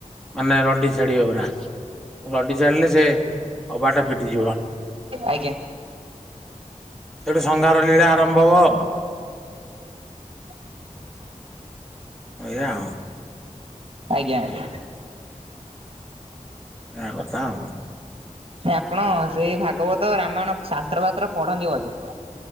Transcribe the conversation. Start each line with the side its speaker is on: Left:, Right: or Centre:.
Centre: ମାନେ ରଡି ଛାଡିବେ ପୁରା ରଡି ଛାଡିଲେ ସେ କବାଟା ଫିଟିଯିବ।
Right: ଆଜ୍ଞା।
Centre: ସେଇଠୁ ସଂଘାର ଲୀଳା ଆରମ୍ଭ ହବ ଆଉ।
Right: <inaudible>
Centre: ଏଇଆ ଆଉ।
Right: ଆଜ୍ଞା ଆଜ୍ଞା।
Centre: ଏଇଆ କଥା ଆଉ।
Right: ଆପଣ ସେଇ ଭାଗବତ ରାମାୟଣ ଶାସ୍ତ୍ର ବାତ୍ର ପଢନ୍ତି ବୋଧେ।